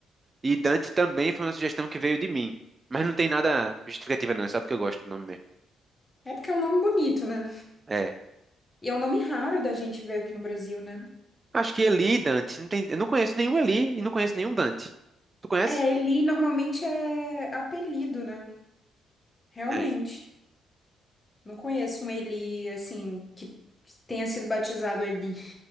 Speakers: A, on the right; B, on the left.
A: E Dante também foi uma sugestão que veio de mim. Mas não tem nada justificativa, não. É só porque eu gosto do nome mesmo.
B: É porque é um nome bonito, né?
A: É.
B: E é um nome raro da gente ver aqui no Brasil, né?
A: Acho que Eli e Dante. Não tem... Eu não conheço nenhum Eli e não conheço nenhum Dante. Tu conhece?
B: É, Eli normalmente é apelido, né? Realmente.
A: É.
B: Não conheço um Eli, assim, que tenha sido batizado Eli.